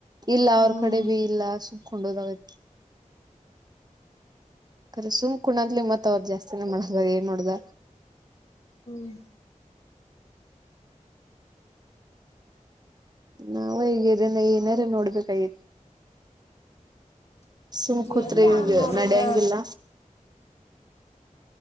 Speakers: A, on the right; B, on the left.
A: ಇಲ್ಲ
B: ಹ್ಮ್
A: ಅವ್ರ ಕಡೆ ಭ ಇಲ್ಲ ಸುಂಬಕೊಂಡೋದಾಗತ್ ಕಖರೆ ಸುಂಕ ಕುಣಂದ್ಲಿ ಮತ್ ಅವರು ಜಾಸ್ತಿಿನ ಮಾಡ ಏನ್ ನೋಡ್ದ
B: ಹ್ಮ
A: ನಾವ ಹೀಗೇನೆ ಏನಾರು ನೋಡ್ಬೇಕಾಗಿ ಸುಮಕೂತ್ರೆ
B: ಎಲ್ ಯಾನ್
A: ಈಗ
B: ನೋಡುದ
A: ನಡ್ಯಂಗಿಲ್ಲ